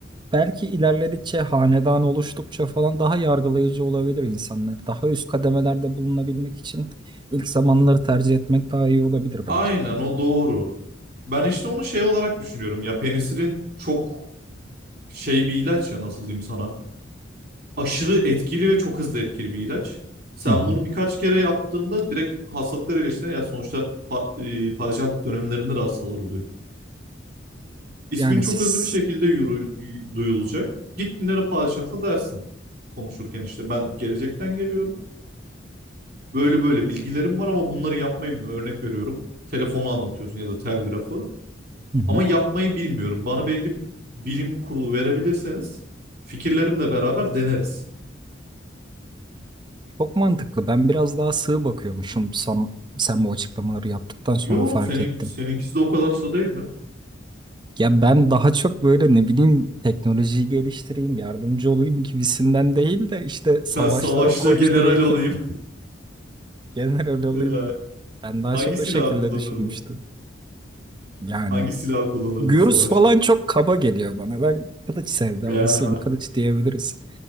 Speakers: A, on the right; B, on the right.
A: belki ilerledikçe hanedan oluştukça falan daha yargılayıcı olabilir insanlar. Daha üst kademelerde bulunabilmek için ilk zamanları tercih etmek daha iyi olabilir bence.
B: Aynen o doğru. Ben işte onu şey olarak düşünüyorum. Ya penisilin çok şey bir ilaç ya nasıl diyeyim sana. Aşırı etkili ve çok hızlı etkili bir ilaç. Sen
A: Hı hı.
B: bunu birkaç kere yaptığında direkt hastalıklar iyileştiğine ya sonuçta pa- e, padişahlık dönemlerinde de hastalar oluyor. İsmin
A: Yani
B: çok
A: siz
B: hızlı bir şekilde yürü- duyulacak. Git Dilara Padişah'la dersin konuşurken işte ben gelecekten geliyorum. Böyle böyle bilgilerim var ama bunları yapmayı bilmiyorum. Örnek veriyorum. Telefonu anlatıyorsun ya da telgrafı.
A: Hı hı.
B: Ama yapmayı bilmiyorum. Bana belli bir bilim kurulu verebilirseniz fikirlerimle beraber deneriz.
A: çok mantıklı. Ben biraz daha sığ bakıyormuşum sen, sen bu açıklamaları yaptıktan sonra
B: Yo
A: fark
B: senin
A: ettim.
B: seninkisi de o kadar sığ değil mi?
A: Ya ben daha çok böyle ne bileyim teknolojiyi geliştireyim, yardımcı olayım gibisinden değil de işte
B: Sen
A: savaşlara
B: savaşta
A: koşturayım.
B: general olayım.
A: <laughs> General
B: <laughs>
A: olayım.
B: Ee,
A: Ben daha
B: Hangi
A: çok
B: silah
A: o şekilde
B: kullanırdın?
A: düşünmüştüm. Yani
B: Hangi silah kullanırdın
A: Gürüz
B: savaşta?
A: falan çok kaba geliyor bana. Ben kılıç sevdalısıyım.
B: Ya.
A: Kılıç diyebiliriz.